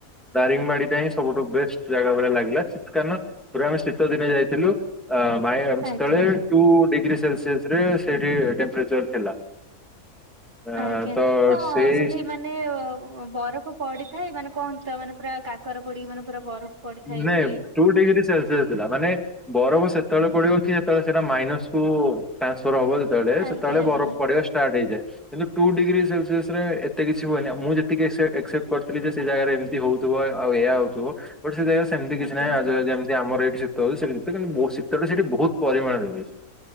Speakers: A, in the centre; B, on the right.
A: ଦାରିଙ୍ଗବାଡିଟା ହିଁ ସବୁଠୁ ବେଷ୍ଟ ଜାଗା ଭଳିଆ ଲାଗିଲା ଶୀତ ଦିନ ପୁରା ଆମେ ଶୀତ ଦିନେ ଯାଇଥିଲୁ ମ
B: ଆଜ୍ଞା
A: ତଳେ ଟୁ ଡିଗ୍ରୀ ସେଲସିସ ରେ ସେଇଠି ଟେମ୍ପରେଚର ଥିଲା ଅ
B: ଆଜ୍ଞା
A: ତ
B: କଣ
A: ସେଇ
B: ସେଠି ମାନେ ମାନେ ବରଫ ପଡିଥାଏ ମାନେ କୁହନ୍ତୁ ତ ମାନେ ପୁରା କାକର ପଡିକି ମାନେ ପୁରା ବରଫ ପଡିଥାଏ
A: ନାଇଁ
B: ବୋଲି
A: ଟୁ ଡିଗ୍ରୀ ସେଲସିୟସ ଥିଲା ମାନେ ବରଫ ସେତେବେଳେ ପଡିବ ସେତେବେଳେ ସେଟା ମାଇନସକୁୁ ଟ୍ରାନ୍ସଫର ହବ ସେତେବେଳେ
B: ଆଜ୍ଞା
A: ସେତେବେଳେ
B: ଆଜ୍ଞା
A: ବରଫ ପଡିବା ଷ୍ଟାର୍ଟ ହେଇଯାଏ କିନ୍ତୁ ଟୁ ଡିଗ୍ରୀ ସେଲସିସରେ ଏତେ କିଛି ହୁଏନି। ମୁଁଯେ ତିକି ଏ ସେଟଏ କ୍ସେପ୍ଟ କରିଥିଲ ଯେ ସେ ଜାଗାରେ ହଉଥିବ ଆଉ ଏଇଆ ହଉଥିବ ବଟ ସେ ଜାଗାରେ ସେମିତି କିଛି
B: ଆଜ୍ଞା
A: ନାହିଁ ଆଉ ଯେମିତି ଆମର ଏଇଠି ତ ସେମିତି ମୋ ଶୀତଟା ବହୁତ ପରିମାଣରେ ହୁଏ